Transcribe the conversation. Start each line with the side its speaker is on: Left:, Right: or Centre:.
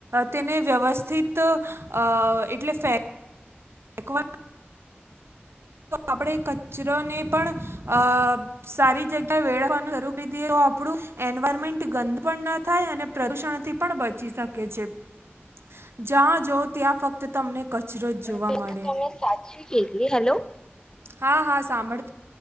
Right: તેને વ્યવસ્ એટલે ફ ફેક તો આપણેે કચરોને પણ અ સારી, જગ્યા વાનું શ કરી દએ તો આપડું એન્વાયરમેન્ટ ગંદ પણ ન થાય, અને પ્રદુષણ થી પણ બચી શકે જ્યાં જો ત્યાં ફક્ત તમને કચરો. જોવા
Left: તે
Right: મળે.
Left: તો તમે સાચી, કીધી હેલો
Right: હા હા સાંભળ